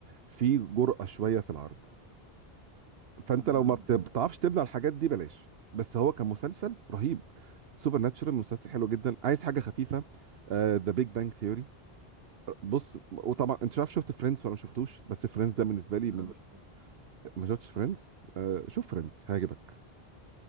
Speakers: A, on the right; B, on the right.
A: في جرأة شويه في العرض فانت
B: امم
A: لو ما بت- بتعرفش تبلع الحاجات دي بلاش بس هو كمسلسل رهيب سوبر ناتشورال مسلسل حلو جدا عايز حاجه خفيفه ذا بيج بانج ثيوري بص وطبعا انت مش عارف شفت فريندز ولا ما شفتوش بس فريندز ده بالنسبه لي
B: لا
A: من
B: ما شفتوش
A: ما شفتش فريندز آه شوف
B: لا
A: فريندز هيعجبك